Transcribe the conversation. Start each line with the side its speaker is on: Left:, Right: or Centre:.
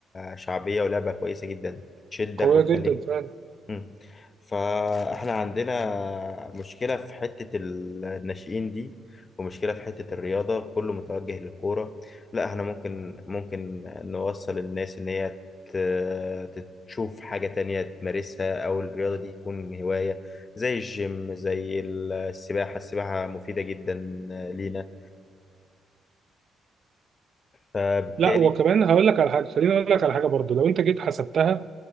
Left: شعبية ولعبة كويسة جدا بتشدك
Right: قوية
Left: وتخليك
Right: جدا فعلا
Left: مم. فاحنا عندنا مشكلة في حتة ال- الناشئين دي ومشكلة في حتة الرياضة كله متوجه للكورة لا احنا ممكن ممكن نوصل الناس ان هي ت- تشوف حاجة تانية تمارسها او الرياضة دي تكون هواية زي الجيم زي ال- السباحة السباحة مفيدة جدا لينا فبالتالي
Right: لا وكمان هقول لك على حاجه خليني اقول لك على حاجه برضو لو انت جيت حسبتها